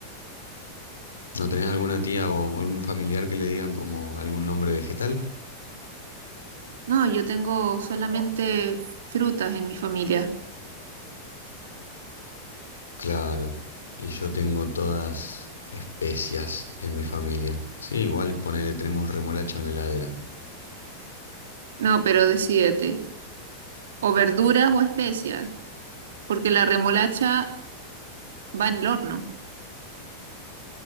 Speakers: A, on the left; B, on the right.
A: ¿No tenés alguna tía o algún familiar que le digan como algún nombre vegetal?
B: No, yo tengo solamente frutas en mi familia.
A: Claro. Y yo tengo todas especias en mi familia. Sí, igual ponele, tenemos remolacha en la heladera.
B: No, pero decídete. O verduras o especias, porque la remolacha va en el horno.